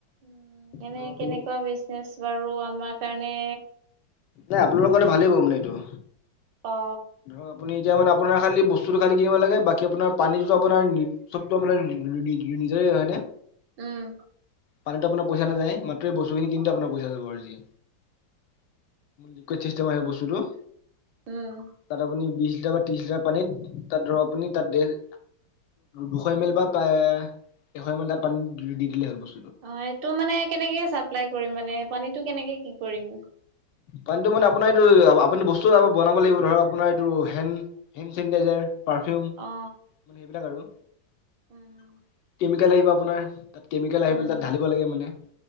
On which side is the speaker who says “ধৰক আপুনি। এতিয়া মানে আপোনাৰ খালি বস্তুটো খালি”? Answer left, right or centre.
Left